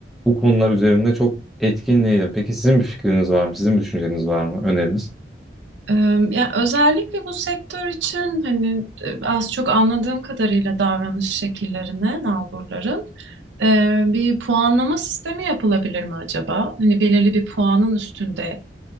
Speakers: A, in the centre; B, on the right.
A: bu konular üzerinde çok etkin değilim. Peki sizin bir fikriniz var mı? Sizin bir düşünceniz var mı? Öneriniz?
B: Ee, Ya özellikle bu sektör için hani e, az çok anladığım kadarıyla davranış şekillerine, nalburların e, bir puanlama sistemi yapılabilir mi acaba? Hani belirli bir puanın üstünde